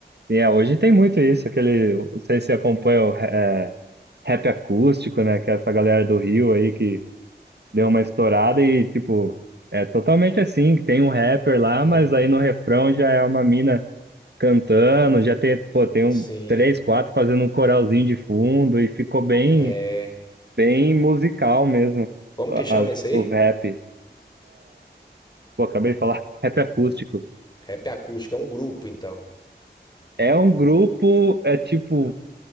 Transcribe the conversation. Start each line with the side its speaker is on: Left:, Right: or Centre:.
Right: sim, é, hoje tem muito isso, aquele, não sei se acompanha o é, rap acústico, né, que é essa galera do Rio aí que deu uma estourada e, tipo, é totalmente assim, tem um rapper lá,
Left: Hum,
Right: mas aí no refrão já é uma mina cantando, já tem, pô, tem um,
Left: sim.
Right: três, quatro fazendo um coralzinho de fundo e ficou bem,
Left: É.
Right: bem musical mesmo,
Left: Como
Right: a-
Left: que chama
Right: as,
Left: esse
Right: os
Left: aí?
Right: rap, pô, acabei de falar, <laughs> rap acústico.
Left: Rap acústico, é um grupo, então.
Right: É um grupo, é tipo